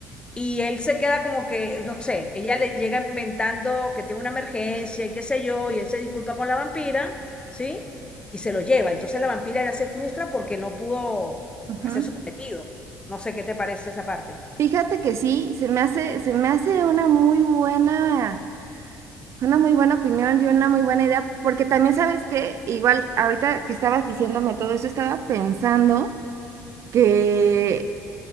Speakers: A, on the left; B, on the right.
A: y él se queda como que, no sé, ella le llega inventando que tiene una emergencia y qué sé yo, y él se disculpa con la vampira, ¿sí? Y se lo lleva. Entonces la vampira ya se frustra porque no pudo
B: ujú.
A: hacer su cometido. No sé qué te parece esa parte.
B: Fíjate que sí, se me hace, se me hace una muy buena, una muy buena opinión y una muy buena idea, porque también sabes que, igual ahorita que estabas diciéndome todo eso, estaba pensando que